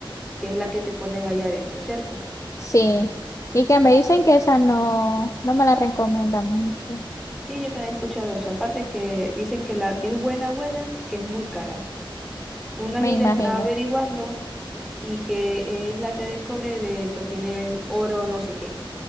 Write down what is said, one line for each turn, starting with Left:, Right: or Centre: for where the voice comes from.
Centre: que es la que te ponen allá adentro, ¿cierto?
Left: sí. Y que me dicen que esa no, no me la recomiendan mucho,
Centre: Sí, yo también he escuchado eso. Aparte que dicen que la que es buena, buena, que es muy cara. Una amiga
Left: me imagino.
Centre: estaba averiguando y que es la T de cobre de que tienen oro no sé qué.